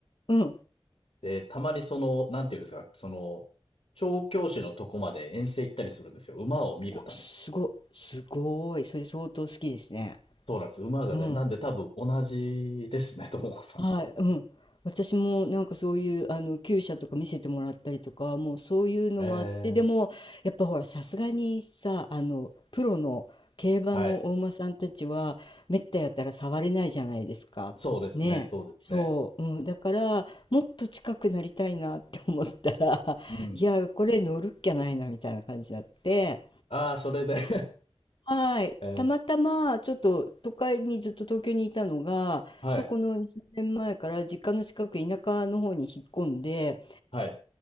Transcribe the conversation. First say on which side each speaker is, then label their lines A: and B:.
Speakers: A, on the left; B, on the left.
A: うん。
B: で、たまにその、なんていうんですか、その、調教師のとこまで遠征行ったりするんですよ。馬を見るため。
A: お、すご、すごい。それ相当好きですね。
B: そうなんです。馬がね、
A: うん。
B: なんで多分同じですね、<laughs> ともこさんと。
A: はい、うん。私もなんかそういうあの厩舎とか見せてもらったりとか、もうそういうのもあって、
B: えー、
A: でもやっぱほらさすがにさ、あのプロの競馬のお馬さんたちはめったやったら触れないじゃないですか。
B: はい。そうですね、
A: ねえ。
B: そうですね。
A: そう、うん、だからもっと近くなりたいなって思ったら
B: うん。
A: <laughs> いやこれ乗るっきゃないなみたいな感じになって、
B: ああ、それで
A: はい。
B: <laughs> えー、
A: たまたまちょっと都会にずっと東京にいたのが、
B: <laughs> はい、
A: この2、3年前から実家の近く田舎の方に引っ込んで、
B: はい、